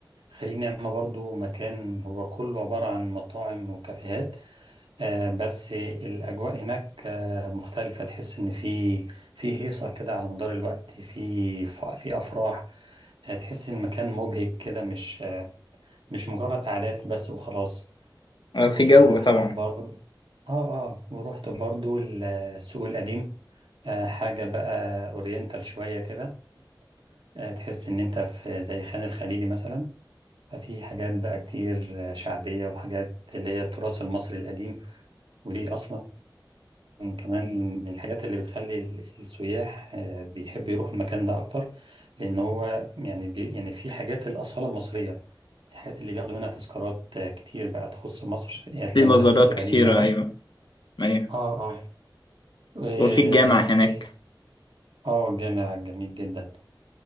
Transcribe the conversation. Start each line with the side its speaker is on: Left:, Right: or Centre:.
Right: خليج نعمه برضو مكان هو كله عباره عن مطاعم وكافيهات آه، بس الأجواء هناك آه، مختلفة تحس إن في في هيصة كده على مدار الوقت في ف- في أفراح آه، تحس إن المكان مبهج كده مش آه، مش مجرد قعدات بس وخلاص
Left: آه،
Right: ورحت
Left: في جو طبعا
Right: برضه آه آه ورحت برضه السوق القديم آه، حاجة بقى أورينتال شوية كده آه، تحس إن أنت في زي خان الخليلي مثلا ففي حاجات بقى كتير آه، شعبية وحاجات اللي هي التراث المصري القديم ودي أصلا كمان من الحاجات اللي بتخلي ال- السياح آه، بيحبوا يروحوا المكان ده اكتر لان هو يعني بي يعني في حاجات الاصاله المصريه الحاجات اللي بياخدوا منها تذكارات آه، كتير بقى تخص مصر هي هتلاقيها
Left: في بازارات
Right: موجوده في السوق القديم
Left: كتيرة
Right: الاول
Left: أيوة أيوة
Right: اه اه آه،
Left: وفي الجامع
Right: رحت
Left: هناك
Right: اه الجامع جميل جدا